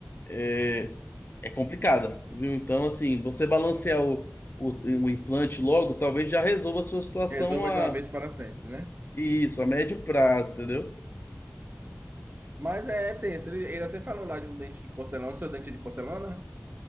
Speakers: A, on the left; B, on the right.
A: é, é complicada, viu? Então, assim, você balancear o, o, o implante logo, talvez já resolva a sua situação
B: resolva
A: a
B: de uma vez para sempre, né?
A: isso, a médio prazo, entendeu?
B: Mas é, tenso. Ele, ele até falou lá de um dente de porcelana, o seu dente é de porcelana,